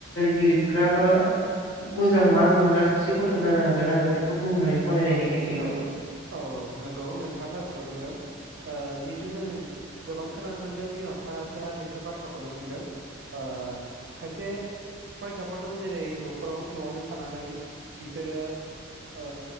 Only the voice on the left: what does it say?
लिरग्रा बा मोजां मार्क मोनग्रा सासे गथ' जानो हागोन आङो बेखौ बुंनो हायो फरायनायनि बिथिङाव